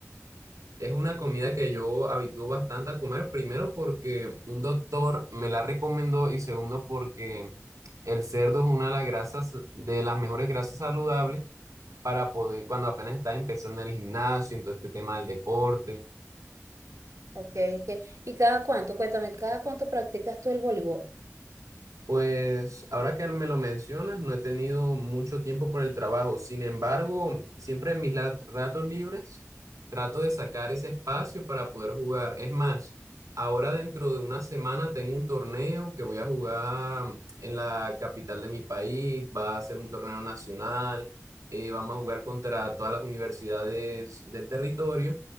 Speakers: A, on the right (about 90°); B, on the right (about 70°).
A: Es una comida que yo habitúo bastante a comer, primero porque un doctor me la recomendó y segundo porque el cerdo es una de las grasas, de las mejores grasas saludables para poder, cuando apenas estás empezando en el gimnasio, en todo este tema del deporte.
B: Ok, ok. ¿Y cada cuánto? Cuéntame, ¿cada cuánto practicas tú el voleibol?
A: Pues ahora que me lo mencionas, no he tenido mucho tiempo por el trabajo. Sin embargo, siempre en mis la- ratos libres trato de sacar ese espacio para poder jugar. Es más, ahora dentro de una semana tengo un torneo que voy a jugar mm, en la capital de mi país. Va a ser un torneo nacional. eh, vamos a jugar contra todas las universidades del territorio.